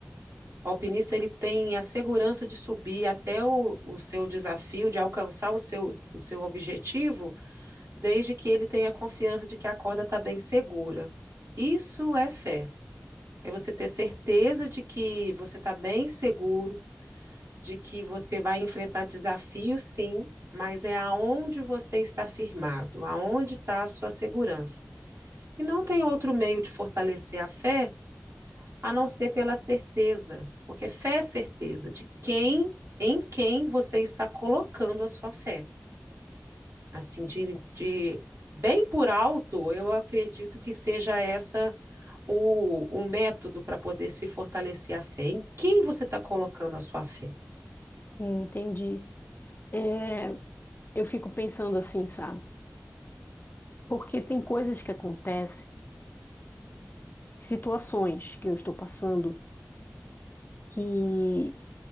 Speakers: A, on the right (about 65°); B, on the left (about 40°).
A: O alpinista ele tem a segurança de subir até o, o seu desafio, de alcançar o seu, o seu objetivo, desde que ele tenha confiança de que a corda está bem segura. Isso é fé. É você ter certeza de que você está bem seguro, de que você vai enfrentar desafios, sim, mas é aonde você está firmado, aonde está a sua segurança. E não tem outro meio de fortalecer a fé a não ser pela certeza, porque fé é certeza de quem, em quem você está colocando a sua fé. Assim, de, de bem por alto, eu acredito que seja essa o, o método para poder se fortalecer a fé. Em quem você está colocando a sua fé?
B: Entendi. É, eu fico pensando assim, sabe? Porque tem coisas que acontecem, situações que eu estou passando que